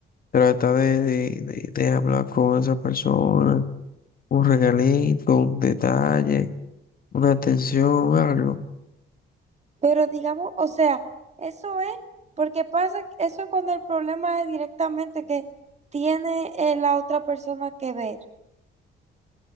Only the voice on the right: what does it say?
Pero digamos, o sea, eso es porque pasa, eso es cuando el problema es directamente que tiene eh, la otra persona que ver.